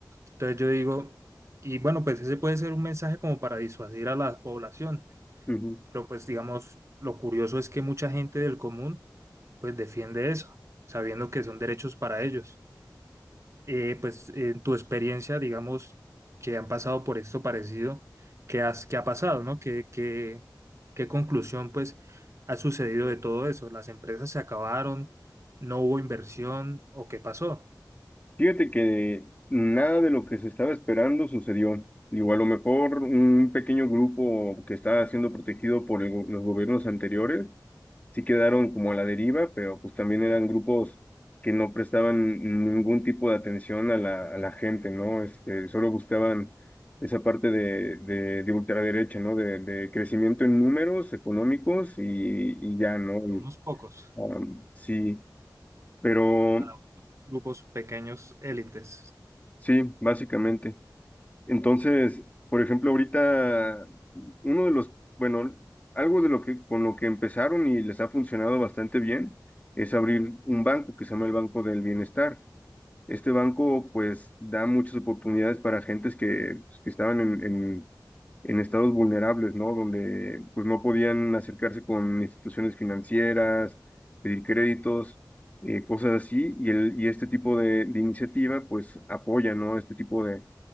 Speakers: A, on the right (about 40°); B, on the left (about 20°).
A: Entonces yo digo, y bueno, pues ese puede ser un mensaje como para disuadir a la población,
B: ujú.
A: pero pues digamos, lo curioso es que mucha gente del común pues defiende eso, sabiendo que son derechos para ellos. Eh, pues en tu experiencia, digamos, que han pasado por esto parecido, ¿qué, has, qué ha pasado, no? ¿Qué, qué, qué conclusión, pues, ha sucedido de todo eso? ¿Las empresas se acabaron? ¿No hubo inversión? ¿O qué pasó?
B: Fíjate que nada de lo que se estaba esperando sucedió. Digo, a lo mejor un pequeño grupo que estaba siendo protegido por el go- los gobiernos anteriores sí quedaron como a la deriva, pero pues también eran grupos que no prestaban ningún tipo de atención a la, a la gente, ¿no? Este, solo buscaban esa parte de, de, de ultraderecha, ¿no? De, de crecimiento en números económicos y, y ya, ¿no? Y,
A: Unos pocos,
B: um, sí, pero
A: para grupos pequeños, élites.
B: sí, básicamente. Entonces, por ejemplo, ahorita uno de los, bueno, algo de lo que con lo que empezaron y les ha funcionado bastante bien es abrir un banco que se llama el Banco del Bienestar. Este banco pues da muchas oportunidades para gentes que, pues, que estaban en, en, en estados vulnerables, ¿no? Donde pues no podían acercarse con instituciones financieras, pedir créditos, eh, cosas así, y, el, y este tipo de, de iniciativa pues apoya, ¿no? Este tipo de